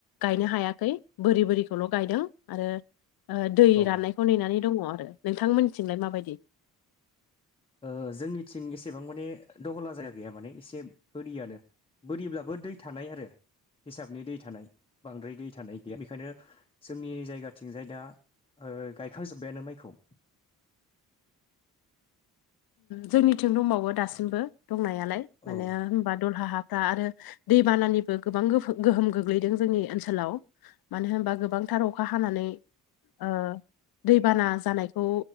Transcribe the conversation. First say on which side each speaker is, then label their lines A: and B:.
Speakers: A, on the left; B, on the left.
A: गायनो हायाखै बोरि बोरिखौल' गायदों आरो ओ दै
B: औ
A: राननायखौ नेनानै दङ आरो नोंथांमोननिथिं लाय माबायदि
B: ओ जोंनिथिं एसेबां माने दहला जायगा गैया माने एसे बोरियानो बोरिब्लाबो दै थानाय आरो हिसाबनि दै थानाय बांद्राय दै थानाय गैया बेखायनो जोंनि जायगाथिंजाय दा ओ गायखांजोब्बायानो माइखौ
A: जोंनिथिं दंबावो दासिमबो दंनायालाय माने
B: औ
A: होनबा दलहा हा रा आरो दैबानानिबो गोबां गोहोम गोग्लैदों जोंनि ओनसोलाव मानो होनबा गोबांथार अखा हानानै ओ दैबाना जानायखौ